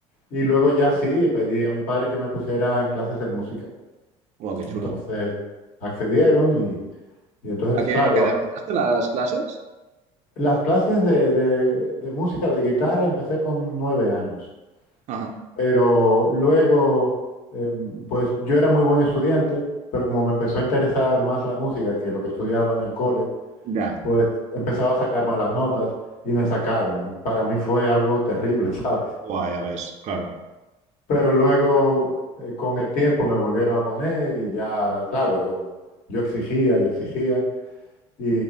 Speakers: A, on the left; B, on the right.
A: Y luego ya sí, pedí a mi padre que me pusiera en clases de música.
B: Guau, qué chulo.
A: Entonces accedieron y, y entonces,
B: ¿A qué
A: claro,
B: qué edad
A: a-
B: empezaste las clases?
A: las clases de, de- de música, de guitarra, empecé con nueve años.
B: Ajá.
A: Pero luego, eh, pues yo era muy buen estudiante, pero como me empezó a interesar más la música que lo que estudiaba en el cole,
B: Ya.
A: pues empezaba a sacar malas notas y me sacaron. Para mí fue algo terrible, <laughs> ¿sabes?
B: Guau, ya ves, claro.
A: Pero luego, eh, con el tiempo, me volvieron a poner y ya, claro, yo exigía y exigía y